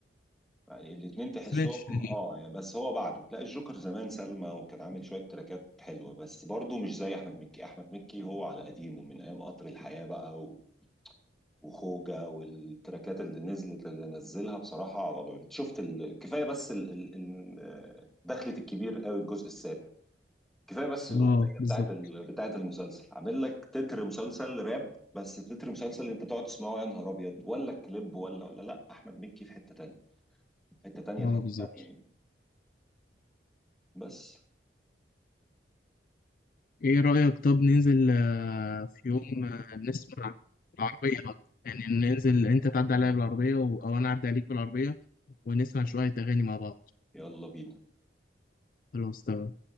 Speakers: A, in the centre; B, on the left (about 50°).
A: يعني الاثنين
B: ما
A: تحسهم
B: سمعتش ليه
A: اه يعني بس هو بعده لا الجوكر زمان سلمى وكان عامل شويه تراكات حلوه بس برضه مش زي احمد مكي احمد مكي هو على قديمه من ايام قطر الحياه بقى و... وخوجة والتراكات اللي نزلت اللي نزلها بصراحة على ضوء انت شفت ال... كفاية بس ال... ال... ال- دخلة الكبير قوي الجزء السابع كفايه بس الاغنيه
B: اه بالظبط
A: بتاعت ال... بتاعت المسلسل عامل لك تتر مسلسل راب بس تتر مسلسل انت تقعد تسمعه يا نهار ابيض ولا الكليب ولا ولا لا احمد مكي في حته تانيه في حته تانيه في
B: اه
A: حته
B: بالظبط
A: تانيه يعني بس
B: ايه رأيك طب ننزل آه، في يوم آه، نسمع العربية بقى يعني ننزل انت تعدي عليا بالعربية و- او انا اعدي عليك بالعربية ونسمع شوية اغاني مع بعض
A: يلا بينا
B: خلاص تمام